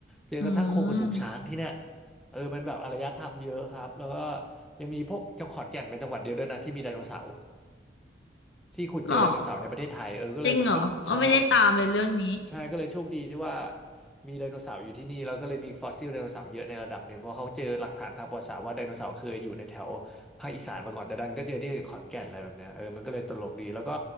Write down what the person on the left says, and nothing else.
อืม
หรอจริงเหรออ๋อไม่ได้ตามเลยเรื่องนี้